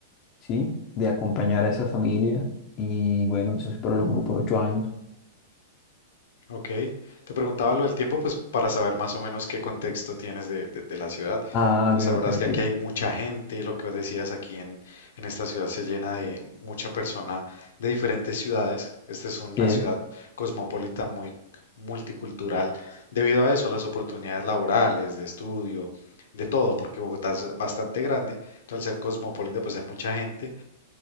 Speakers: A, on the left; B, on the left.
A: ¿sí? De acompañar a esa familia y bueno, eso se prolongó por ocho años.
B: Ok, te preguntaba lo del tiempo, pues para saber más o menos qué contexto tienes de, de- de la ciudad,
A: Ah,
B: pues
A: ok,
B: sabrás
A: ok, ok.
B: que aquí hay mucha gente, lo que vos decías aquí en, en esta ciudad se llena de mucha persona de diferentes ciudades, esta es una
A: Sí es.
B: ciudad cosmopolita muy multicultural, debido a eso, a las oportunidades laborales, de estudio, de todo, porque Bogotá es bastante grande, entonces al ser cosmopolita pues hay mucha gente